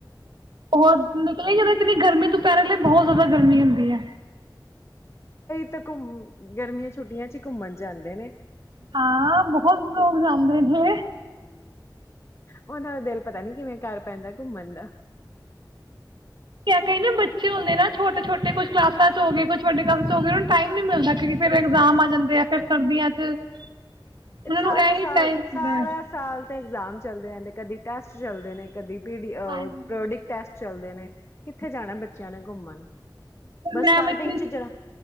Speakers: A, on the right; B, on the left.
A: ਉਹ ਨਿਕਲੀ ਜਦੋਂ ਇਤਨੀ ਗਰਮੀ ਤੁ ਪੈਰਾ ਲੇ ਬਹੁਤ ਜ਼ਿਆਦਾ ਗਰਮੀ ਹੁੰਦੀ ਹੈ
B: ਤੇ ਘੁਮ ਗਰਮੀਆਂ ਚ ਛੁੱਟੀਆਂ ਹੀ ਘੁੰਮਣ ਜਾਂਦੇ ਨੇ
A: ਹਾਂ ਬਹੁਤ ਲੋਕ ਜਾਂਦੇ ਨੇ
B: ਉਹਨਾਂ ਦਾ ਦਿਲ ਪਤਾ ਨੀ ਕਿਵੇਂ ਕਰ ਪੈਂਦਾ ਘੁੰਮਣ ਦਾ
A: ਕਿਆ ਕਹਿਿੰ ਨਾ ਬੱਚੇ ਹੁੰਦੇ ਨਾ ਛੋਟੇ ਛੋਟੇ ਕੁਛ ਕਲਾਸਾਂ ਚ ਹੋ ਗਏ ਕੁਛ ਵੱਡੇ ਕਲਾਸ ਚ ਹੋ ਗਏ ਉਹਨਾਂ ਨੂੰ ਟਾਈਮ ਨਹੀਂ ਮਿਲਦਾ ਕਿਉਂਕਿ ਫੇਰ ਇਗਜ਼ਾਮ ਆ ਜਾਂਦੇ ਆ। ਫਿਰ ਸਰਦੀਆਂ ਚ ਉਹਨਾਂ
B: ਇਹ ਸਾਰੇ
A: ਨੂੰ ਇਹੀ
B: ਸਾਲ
A: ਟਾਈਮ
B: ਸਾਰਾ
A: ਹੁੰਦਾ ਹੈ।
B: ਸਾਲ ਇਗਜ਼ਾਮ ਚੱਲਦੇ ਰਹਿੰਦੇ ਕਦੀ ਟੈਸਟ ਚੱਲਦੇ ਨੇ ਕਦੀ ਪ੍ਰੋਡਿਕਟ
A: ਹਾਂਜੀ।
B: ਟੈਸਟ ਚੱਲਦੇ ਨੇ ਕਿੱਥੇ ਜਾਣਾ ਬੱਚਿਆਂ ਨੇ ਘੁੰਮਣ ਬਸ
A: ਮੈਮ
B: ਸਟਾਰਟਿੰਗ
A: ਇਤਨੀ
B: ਚ ਜਿਹੜਾ